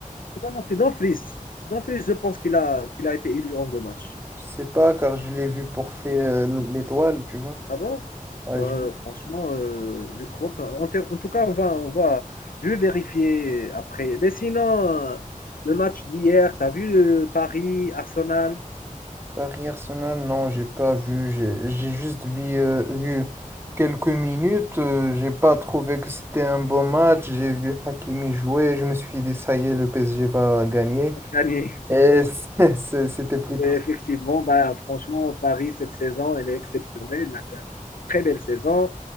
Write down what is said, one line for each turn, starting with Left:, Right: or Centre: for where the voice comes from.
Left: Non, non, c'est Dumfries. C'est Dumfries, je pense qu'il a, qu'il a été élu en deux matchs.
Right: Je sais pas car je l'ai vu porter euh, l'étoile, tu vois.
Left: Ah bon?
Right: Ah,
Left: Euh,
Right: je-
Left: franchement, euh, je crois qu'en ter- en tout cas, on va, on va, je vais vérifier après. Mais sinon, euh, le match d'hier, t'as vu le Paris-Arsenal?
Right: Paris Arsenal, non, j'ai pas vu. J'ai j'ai juste vu, euh, vu quelques minutes. euh, j'ai pas trouvé que c'était un bon match. J'ai vu Hakimi jouer. Je me suis dit, ça y est, le PSG va gagner.
Left: On a gagné.
Right: Et <laughs> c'est- c'est- c'était plutôt.
Left: Mais effectivement, bah, franchement, Paris, cette saison, elle est exceptionnelle. Elle a fait une très belle saison.